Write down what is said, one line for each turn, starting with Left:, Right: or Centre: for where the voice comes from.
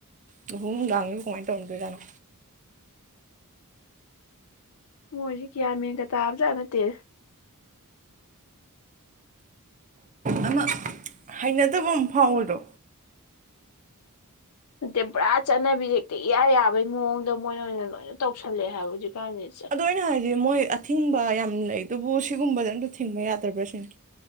Right: ꯂꯨꯍꯣꯡ ꯅꯨꯡꯗꯥꯥꯡꯗꯨꯕꯨ ꯀꯃꯥꯢ ꯇꯧꯔꯝꯗꯣꯢꯖꯥꯠꯅꯣ꯫
Left: ꯃꯣꯢꯖꯦ ꯒ꯭ꯌꯥꯟ ꯃꯦꯟꯒ ꯇꯥꯕꯖꯥꯠ ꯅꯠꯇꯦ꯫
Right: ꯑꯃ ꯍꯩꯅꯗꯕ ꯑꯃ ꯐꯥꯎꯕꯗꯣ
Left: ꯅꯠꯇꯦ ꯄꯨꯔꯥ ꯆꯠꯅꯕꯤꯖꯦ ꯍꯦꯛꯇ ꯏꯌꯥ ꯌꯥꯕꯒꯤ ꯃꯑꯣꯡꯗ ꯃꯣꯢꯅ ꯑꯣꯢꯅ ꯂꯣꯢꯅ ꯇꯧꯁꯜꯂꯛꯑꯦ ꯍꯥꯏꯕ ꯍꯧꯖꯤꯛꯀꯥꯟꯖꯦ ꯆ
Right: ꯑꯗꯣ ꯑꯩꯅ ꯍꯥꯢꯗꯤ ꯃꯣꯢ ꯑꯊꯤꯡꯕ ꯌꯥꯝ ꯂꯩꯗꯨꯕꯨ ꯁꯤꯒꯨꯝꯕꯗ ꯑꯝꯇ ꯊꯤꯡꯕ ꯌꯥꯗ꯭ꯔꯕ꯭ꯔ ꯁꯤꯅꯤ꯫